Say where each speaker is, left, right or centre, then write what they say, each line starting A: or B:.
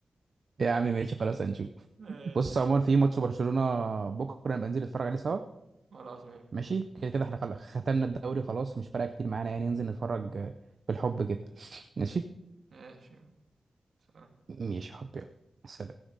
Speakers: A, on the right; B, on the right.
A: يا عم ماشي خلاص هنشوف
B: ماشي
A: بص
B: يلا
A: عموما في ماتش برشلونه بكره نبقى ننزل نتفرج عليه سوا
B: خلاص ماشي
A: ماشي كده كده احنا خلاص ختمنا الدوري خلاص مش فارقه كتير معانا يعني ننزل نتفرج آه، بالحب كده ماشي
B: ماشي سلام.
A: ماشي يا حبيبي سلام